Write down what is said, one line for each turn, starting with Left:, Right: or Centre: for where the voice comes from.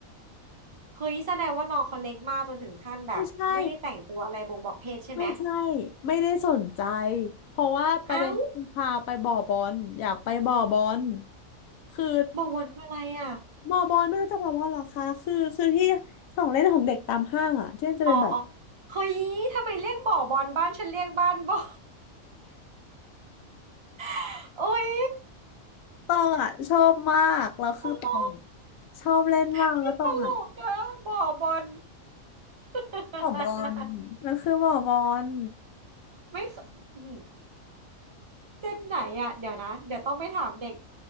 Right: เฮ้ยแสดงว่าน้องเขาเล็กมากจนถึงขั้นแบบไม่ได้แต่งตัวอะไรบ่งบอกเพศใช่ไหม
Left: <laughs> ไม่ใช่ ไม่ใช่ไม่ได้สนใจเพราะว่าประเด็นคือพาไปบ่อบอลอยากไปบ่อบอล
Right: เอ้า
Left: คือ
Right: บ่อบอลคืออะไรอ่ะ
Left: บ่อบอลไม่รู้จักบ่อบอลเหรอคะคือคือที่ของเล่นของเด็กตามห้างอ่ะที่มันจะเป็นแบบ
Right: อ๋ออ๋อเฮ้ย ทำไมเรียกบ่อบอลบ้านฉันเรียกบ้านบ่อ <laughs> โอ้ย
Left: ตองอ่ะชอบมากแล้วคือตองอะ
Right: ตลก
Left: ชอบเล่นมากแล้วตองอ่ะ
Right: พี่ตลกอะบ่อบอล <laughs>
Left: บ่อบอลมันคือบ่อบอล
Right: ไม่เคอืมเจนไหนอ่ะเดี๋ยวนะเดี๋ยวต้องไปถามเด็ก